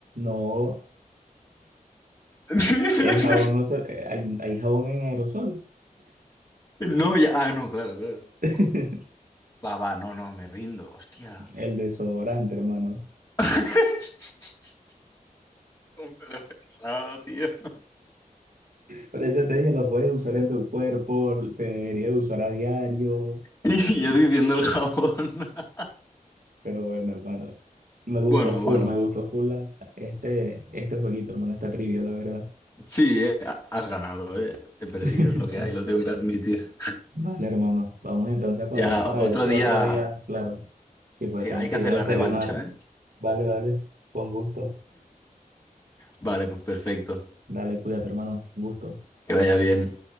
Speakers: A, on the right (about 75°); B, on the left (about 25°).
A: No,
B: <laughs>
A: el jabón no se, eh, hay hay jabón en aerosol.
B: No, ya... Ah, no, claro, claro. claro.
A: <laughs>
B: Guau. Va, va, no, no, me rindo, hostia.
A: El desodorante, hermano.
B: <laughs> ¿Cómo me lo he pensado, tío? <laughs>
A: Por eso te dije, lo puedes usar en tu cuerpo, se debería usar a diario,
B: Y yo diciendo el jabón. <laughs>
A: pero bueno, hermano, me gustó
B: Bueno,
A: full,
B: bueno.
A: me gustó full la- este, este jueguito, hermano, esta trivia, la verdad.
B: Sí, eh, has ganado, eh. He perdido,
A: <laughs>
B: es lo que hay, lo tengo que admitir.
A: Vale, hermano, vamos entonces a cuadrar
B: Ya,
A: para
B: otro
A: ver si
B: día.
A: otro día, claro, sí, pues
B: Sí,
A: tengo
B: hay
A: que
B: que hacer
A: ir a
B: la
A: desayunar.
B: revancha, ¿eh?
A: Vale, vale, con gusto.
B: Vale, pues perfecto.
A: Dale, cuídate, hermano, gusto.
B: Que vaya bien.